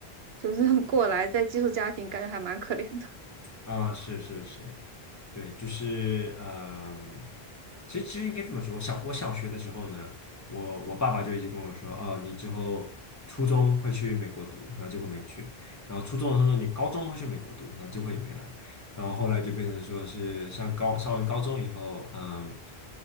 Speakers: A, on the right (about 75°); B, on the left (about 15°).
A: 就是 <laughs> 过来在寄宿家庭，感觉还蛮可怜的。
B: 啊，是是是，对，就是嗯，其实其实应该这么说，我小我小学的时候呢，我我爸爸就一直跟我说，哦，你之后初中会去美国读，然后结果没去，然后初中的时候说你高中会去美国读，然后结果也没来，然后后来就变成说是上高上完高中以后，嗯，